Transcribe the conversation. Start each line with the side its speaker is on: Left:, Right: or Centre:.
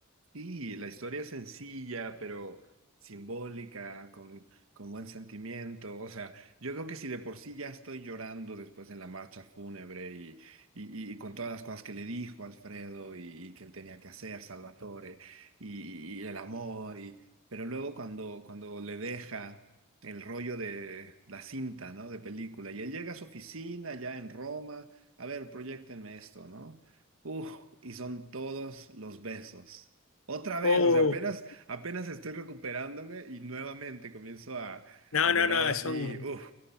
Right: Sí, la historia es sencilla, pero simbólica, con, con buen sentimiento. O sea, yo creo que si de por sí ya estoy llorando después en la marcha fúnebre y, y, y con todas las cosas que le dijo Alfredo y, y que él tenía que hacer, Salvatore, y, y el amor, y, pero luego cuando, cuando le deja el rollo de la cinta, ¿no? De película, y él llega a su oficina ya en Roma, a ver, proyectenme esto, ¿no? Uf, y son todos los besos. Otra vez,
Left: Oh,
Right: o sea, apenas, apenas estoy recuperándome y nuevamente comienzo a,
Left: no,
Right: a llorar
Left: no, no,
Right: así.
Left: son...
Right: Uf,